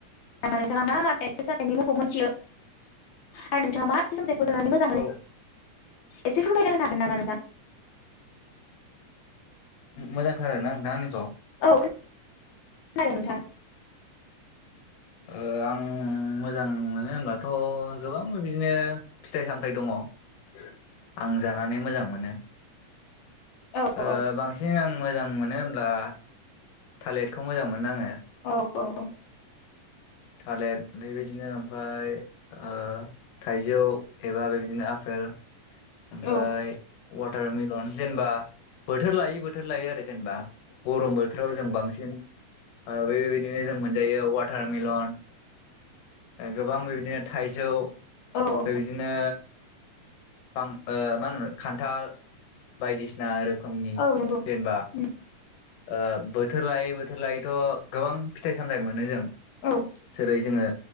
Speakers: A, on the left; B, on the left.
A: मा नोंथाङा मा मा <unintelligible> जामानायनि मुंखौ मिथियो आरो नोंथाङा मा फिथाइ सामथाइखौ जानानै मोजां मोनो
B: औ
A: एसे फोरमायना होनोन हागोन नामा नोंथां?
B: मोजां खोनादोंना नोंथां आंनिखौ?
A: औ खो खोनादों नोंथां।
B: ओ आं मोजां मोनो होनबाथ' गोबां बिदिनो फिथाइ सामथाइ दङ आं जानानै मोजां मोनो।
A: औ
B: ओ
A: औ
B: बांसिन आं मोजां मोनो होनब्ला थालिरखौ मोजां मोनो आङो
A: औ औ औ
B: थालेट बेबायदिनो ओमफाय ओ थाइजौ एबा बेबायदिनो आफेल ओमफ्राय
A: औ
B: वाटार मिलन जेनेबा बोथोर लायै बोथोर लायो आरो जेनेबा गरम बोथोराव जों बांसिन ओ बेबायदिनो जों मोनजायो वाटारमेलन गोबां बेबायदिनो थाइजौ
A: औ औ
B: बिदिनो बां ओ मा होनो खान्थाल बायदिसिना रोखोमनि
A: औ नंगौ
B: जेनेबा
A: उम,
B: ओ बोथोर लायै बोथोर लायैथ' गोबां फिथाइ सामथाय मोनो जों।
A: औ
B: जेरै जोङो